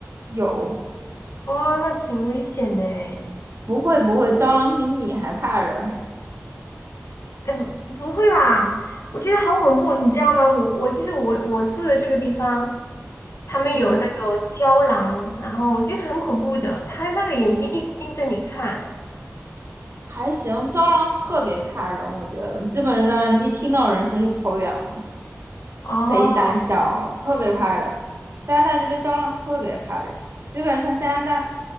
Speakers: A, on the right; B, on the left.
A: 有，
B: 哇、那挺危险的诶
A: 不会不会，蟑螂比你还怕人。
B: 嗯，不会吧？我觉得好恐怖，你知道吗？我我就是我我住的这个地方，他们有那个胶囊，
A: <laughs> 嗯，
B: 然后我觉得很恐怖的，他那个眼睛一直盯着你看。
A: 还行，蟑螂特别怕人，我觉得基本上一听到人声就跑远了，
B: 哦，
A: 贼胆小，特别怕人。加拿大这边蟑螂特别怕人，基本上加拿大，